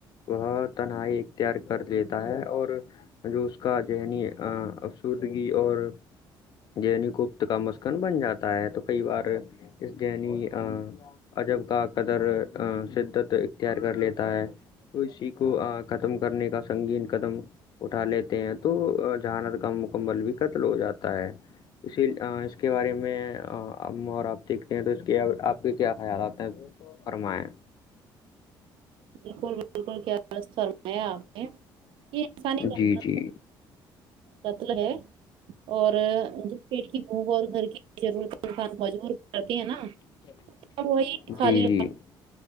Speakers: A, on the left; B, on the right.
A: وہ تنہائی اختیار کر لیتا ہے اور جو اس کا ذہنی افسردگی اور ذہنی گفت کا مسئلہ کن بن جاتا ہے تو کئی بار اس جنی عجب کا قدر شدت اختیار کر لیتا ہے تو اسی کو ختم کرنے کا سنگین قدم اٹھا لیتے ہیں تو جہانت کا مکمل بھی قتل ہو جاتا ہے اسی کے بارے میں اور آپ سیکھتے ہیں تو اس کے آپ کے کیا خیال آتے ہیں فرمایں
B: بالکل بالکل کیا فرمایا آپ نے یہ انسانی نفر
A: جی جی
B: قتل ہے اور جو پیٹ کی بھوک اور گھر کی ضرورت انسان مجبور کرتی ہے نا
A: <unintelligible>
B: اب وہی خالی
A: جی جی